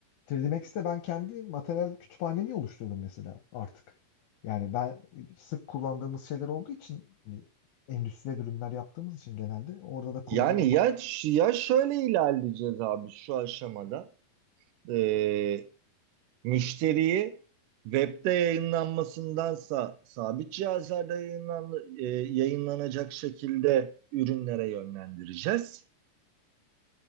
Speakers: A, on the left; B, on the right.
A: 3D Max'te ben kendi materyal kütüphanemi oluşturdum mesela artık. Yani ben sık kullandığımız şeyler olduğu için hani endüstriyel ürünler yaptığımız için genelde orada da kullanılan
B: Yani
A: ma-
B: ya, ş- ya şöyle ilerleyeceğiz abi şu aşamada. Ee, müşteriyi webde yayınlanmasındansa sabit cihazlarda yayınlan, e, yayınlanacak şekilde ürünlere yönlendireceğiz.